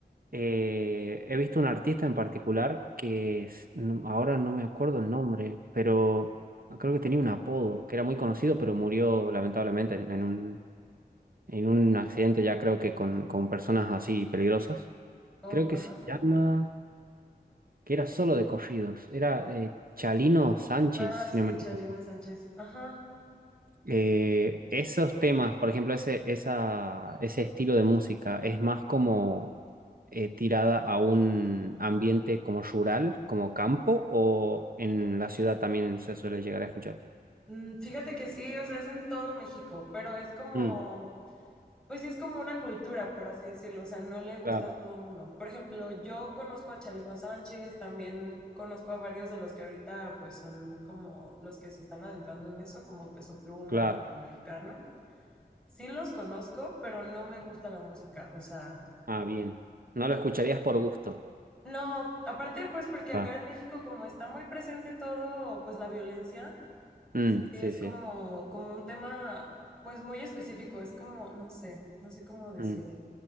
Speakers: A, on the right; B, in the centre.
A: Eh, he visto un artista en particular que es- no- ahora no me acuerdo el nombre, pero creo que tenía un apodo que era muy conocido, pero murió lamentablemente en, en un en un accidente ya creo que con, con personas así peligrosas.
B: Oh,
A: Creo que
B: ajá.
A: se llama, que era solo de corridos, era eh, Chalino Sánchez,
B: Ah, sí,
A: si no me equivoco.
B: Chalino Sánchez. Ajá.
A: Eh, esos temas, por ejemplo, ese, esa, ese estilo de música es más como eh, tirada a un ambiente como rural, como campo, o en la ciudad también se suele llegar a escuchar.
B: Mm, fíjate que sí, o sea, es en todo México, pero es como,
A: Mm,
B: pues sí, es como una cultura, por así decirlo. O sea, no le gusta
A: claro,
B: a todo el mundo. Por ejemplo, yo conozco a Chalino Sánchez, también conozco a varios de los que ahorita, pues son como los que se están adentrando en eso, como Peso Pluma,
A: claro.
B: Natanael Cano. Sí los conozco, pero no me gusta la música. O sea,
A: Ah, bien. No lo escucharías por gusto.
B: No, aparte pues porque acá
A: Va.
B: en México como está muy presente todo, pues la violencia
A: Mm,
B: es
A: sí, sí.
B: como, como un tema pues muy específico, es como, no sé, no sé cómo decirlo.
A: Mm,